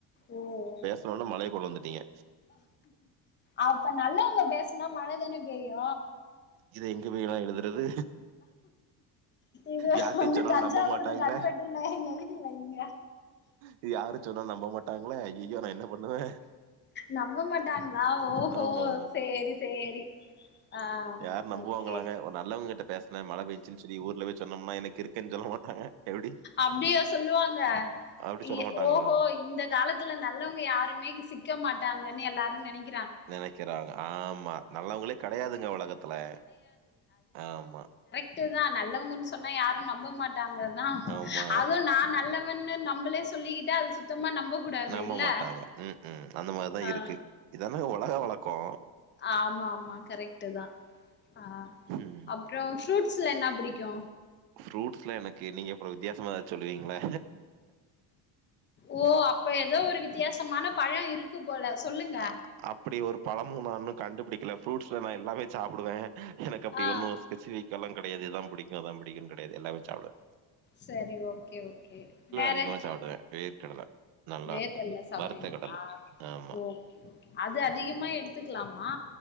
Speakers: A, on the left (about 25°); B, on the right (about 85°).
A: ஓ ஓ
B: இன்னொன்னு மழைய கொண்ணுவந்துட்டீங்க
A: அப்ப நல்லவங்க பேசுனா மழதானே பேயு
B: இத எங்க போயி நா எழுதுறது
A: இத
B: யார்ட்டயு
A: வந்து
B: சொன்னாலு
A: தஞ்சாவூர்
B: நம்ப மாட்டாய்ங்களே
A: கல்வெட்டுல எழுதிவைங்க
B: இது யாரு சொன்னா நம்ப மாட்டாங்களே ஐயையோ நா என்ன பண்ணுவெ
A: நம்ப மாட்டாங்களா ஓஹோ
B: ஆம்மா
A: சேரி சேரி ஆ
B: யார் நம்புவாங்களாங்க
A: ஓகே
B: ஒர் நல்லவங்க கிட்ட பேஸ் ன என்ன மழ பெஞ்சுச்சுன் சொல்லி ஊர்ல போய் சொன்னம்னா என்ன கிறுக்கன் சொல்ல மாட்டாங்க எப்டி
A: அப்டியா சொல்லுவாங்க
B: அப்டி சொல்ல
A: எ
B: மாட்டாங்களா?
A: ஓஹோ இந்த காலத் துல்ல நல்லவுங்க யாருமே சிக்க மாட்டாங்கன்னு எல்லாரு நெனைக்
B: நெனைக்கிறாங்க ஆம்மா நல்லவுங்களே கெடையாதுங்க உலகத்துல ஆம்மா
A: ட்டுதா நல்லவுங்கன் சொன்னா யாரு நம்ப மாட்டாங்கதா
B: ஆமா.
A: அதுவு நா நல்லவ் வன்னு நம்பளே சொல்லிகிட்டா அது சுத்தமா நம்ப கூடாது
B: நம்ப
A: இல்ல
B: மாட்டாங்க உம்ஹும் அந்த மாரிதா
A: ஆ
B: இருக்கு இதானங்க ஒலக வழக்கொ
A: ஆம்மா ஆம்மா கரெக்டுதா அ
B: ம்.
A: அப்றோ ஃப்ரூட்ஸ்ல என்னா புடிக்கு
B: ஃப்ரூட்ஸ்ல எனக்கு நீங்க அப்றோ வித்தியாசமா சொல்லுவீங்களே
A: ஓ அப்ப ஏதோ ஒரு வித்தியாசமான பழொ இருக்கு போல சொல்லுங்க
B: அ அப்டி ஒரு பழமும் நாஇன்னு கண்டுபுடிக்கல ஃப்ரூட்ஸ்ல நா எல்லாமே சாப்புடுவே எனக்கு அப்டி
A: ஆ
B: ஒன்னு ஸ்பெசிபிக்கால்லா கெடையாது இதாம் பிடிக்கு அதா பிடிக்குன் கெடையாது எல்லாமே சாப்புடுவ
A: செரி ஓக்கே ஓக்கே வேற
B: அதிகமா சாப்பிடுவேன் வேர்க்கடல நல்லா
A: வேர்கல்ல
B: இருக்கும்
A: சாப்டுவிங்களா
B: வறுத்த கடல ஆமா
A: ஓ க்கே ஓக்கே அது அதிகமா எடுத்துக்கலாமா